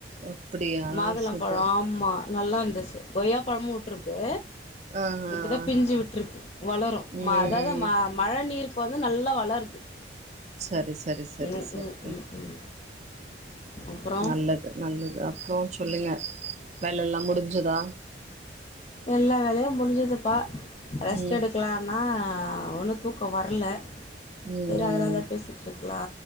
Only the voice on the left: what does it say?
மாதுளம்
பழோ ஆமா நல்லா இருந்துச்சு கொய்யா பழமு வுட்ருக்கு
இப்போதா பிஞ்சு விட்டுருக்கு வளரு
ம அதாவது ம மழ நீருக்கு வந்து நல்லா வளருது
ம்
ம் ம் ம் அப்றோ
எல்லா வேலயு முடிஞ்சுதுப்பா ரெஸ்ட்
எடுக்கலா ஆனா ஒன்னு தூக்கோ வரல
சேரி அதினால தா பேசிட்ருக்லா